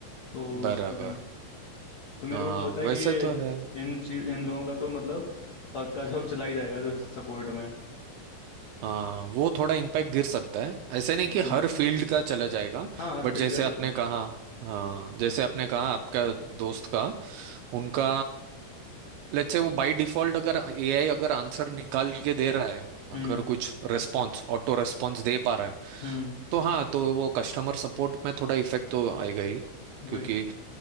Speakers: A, on the left; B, on the right.
A: तो
B: बराबर
A: इस तरह तो मेरे
B: हाँ
A: को तो लगता है
B: वैसे
A: कि ये
B: तो है
A: इन चीज इन लोगों का तो मतलब पक्का जॉब चला ही जाएगा जो सपोर्ट में
B: हाँ वो थोड़ा इम्पैक्ट गिर सकता है ऐसे नहीं
A: हम्म।
B: कि हर फील्ड का चला जाएगा
A: हाँ हर
B: बट
A: फील्ड
B: जैसे
A: का
B: आपने
A: रहेगा
B: कहा हाँ जैसे आपने कहा आपका दोस्त का उनका लेट्स से वो बाय डिफॉल्ट अगर एआई अगर आंसर निकाल के दे रहा है अगर
A: हम्म
B: कुछ रेस्पॉन्स ऑटो रेस्पॉन्स दे पा रहा है
A: हम्म
B: तो हाँ तो वो कस्टमर सपोर्ट में थोड़ा इफेक्ट तो आएगा ही
A: वही
B: क्योंकि